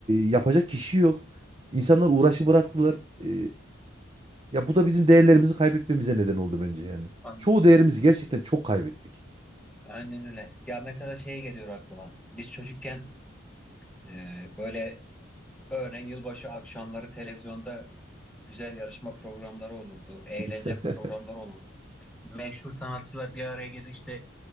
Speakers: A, on the right (about 25°); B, in the centre.
A: yapacak kişi yok. İnsanlar uğraşı bıraktılar. E, ya bu da bizim değerlerimizi kaybetmemize neden oldu bence yani.
B: Aynen
A: Çoğu
B: öyle.
A: değerimizi gerçekten çok kaybettik.
B: Aynen öyle. Ya mesela şey geliyor aklıma. Biz çocukken e, böyle örneğin yılbaşı akşamları televizyonda güzel yarışma programları olurdu. Eğlence
A: <laughs>
B: programları olurdu. meşhur sanatçılar bir araya gelir işte